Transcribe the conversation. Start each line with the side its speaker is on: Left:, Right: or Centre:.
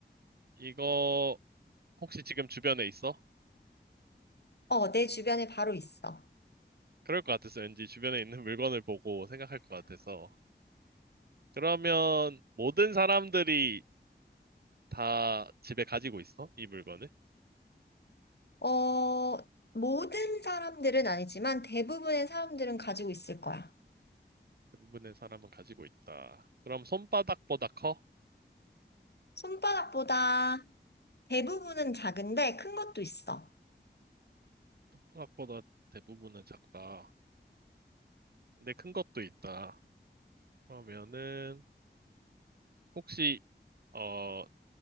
Right: 이거 혹시 지금 주변에 있어?
Left: 어, 내 주변에 바로 있어.
Right: 그럴 것 같았어. 왠지 주변에 있는 <laughs> 물건을 보고 생각할 것 같아서. 그러면 모든 사람들이 다 집에 가지고 있어? 이 물건을?
Left: 어, 모든 사람들은 아니지만 대부분의 사람들은 가지고 있을 거야.
Right: 대부분의 사람은 가지고 있다. 그럼 손바닥보다 커?
Left: 손바닥보다 대부분은 작은데 큰 것도 있어.
Right: 손바닥보다 대부분은 작다. 근데 큰 것도 있다. 그러면은 혹시 어